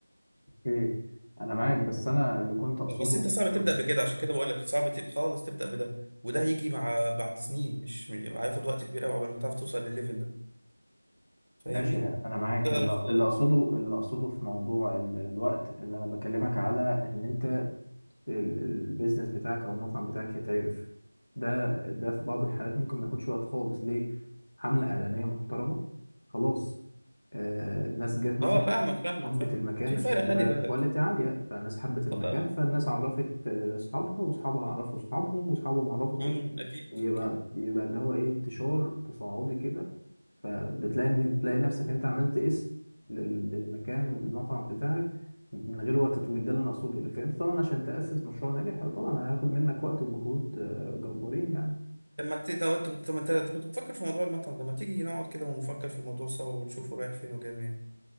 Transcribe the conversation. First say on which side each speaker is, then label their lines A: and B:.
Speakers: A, on the left; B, on the right.
A: اوكي انا معاك بس انا اللي كنت اقصده
B: بس انت صعب
A: ب-
B: تبدا بكده عشان كده بقول لك صعب تب- خالص تبدا بده وده هيجي مع بعد سنين مش م- هياخد وقت كبير قوي قبل ما تعرف توصل للليفل ده فاهمني
A: ماشي انا معاك
B: تعرف
A: اللي
B: ت-
A: اللي اقصده اللي اقصده في موضوع ال- الوقت ان انا بكلمك على ان انت ال- البيزنس بتاعك او المطعم بتاعك يتعرف ده ده في بعض الحالات ممكن ما ياخدش وقت خالص ليه حملة إعلانية محترمة خلاص آه الناس جت مثلا
B: اه فاهمك فاهمك
A: حبت
B: فاهم
A: المكان
B: في
A: عشان
B: فرق
A: انت
B: خلي بالك
A: كواليتي عالية فالناس حبت المكان
B: اه طبعا
A: فالناس عرفت آه، اصحابها واصحابها عرفوا اصحابهم واصحابهم عرفوا اصحابهم
B: امم اكيد
A: يبقى
B: اكيد
A: يبقى اللي هو ايه انتشار تصاعدي كده فبتلاقي ان تلاقي نفسك انت عملت اسم لل- للمكان والمطعم بتاعك من غير وقت طويل ده اللي انا اقصده لكن انت طبعا عشان تأسس مشروع ناجح طبعا هياخد منك وقت ومجهود آه، جبارين يعني
B: طب ما ت- لو انت طب ما انت أنت كنت بتفكر في موضوع المطعم ده ما تيجي نقعد كده ونفكر في الموضوع سوا ونشوفه رايح فين وجاي منين